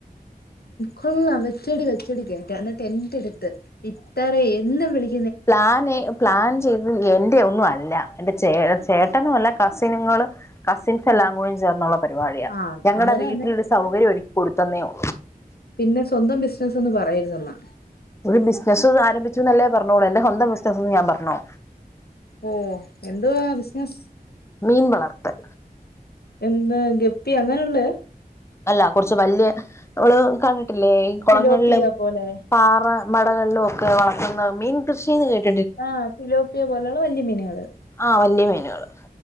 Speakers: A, on the left (about 80°); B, on the left (about 15°).
A: കൊള്ളാം വെച്ചടി വെച്ചടി കേറ്റാണ് അന്നിട്ടെന്റെടുത്ത് ഇത്ര എന്നും വിളി
B: പ്ലാനെ പ്ലാൻ ചെയ്ത് എന്റെയൊന്നുമല്ല എന്റെ ചേട ചേട്ടനും അല്ല കസിനുകൾ കസിൻസ് എല്ലാം കൂടി ചേർന്നുള്ള പരിപാടിയാ
A: ആ
B: ഞങ്ങളുടെ
A: അന്നേരം
B: വീട്ടിലൊരു
A: അന്നെ
B: സൗകര്യം ഒരുക്കി കൊടുത്ത് തന്നെയോ
A: പിന്നെ സ്വന്തം ബിസിനസ്സ്ന്ന് പറയരുതെന്നാ
B: ഒരു ബിസിനസ്സ് ആരംഭിച്ചു എന്നല്ലേ പറഞ്ഞോളൂ എന്റെ സ്വന്ത ബിസിനസ്ന്ന് ഞാൻ പറഞ്ഞോ?
A: ഓ എന്ത്വാ ബിസിനസ്?
B: മീൻ വളർത്തൽ
A: എന്താ ഗപ്പി അങ്ങനെയള്ള?
B: അല്ല കുറച്ച് വല്യ നമ്മള് കി ല്ലേ ഈ കുളങ്ങളിലും
A: ഫിലോപ്പിയ പോലെ
B: പാറ മടകളിലും ഒക്കെ വളർത്തുന്ന മീൻ കൃഷീ എന്ന് കേട്ട
A: ആഹ് സിലോ യാ പോലുള്ള വല്യ മിനികള്
B: ആഹ വലിയ മീനുകള്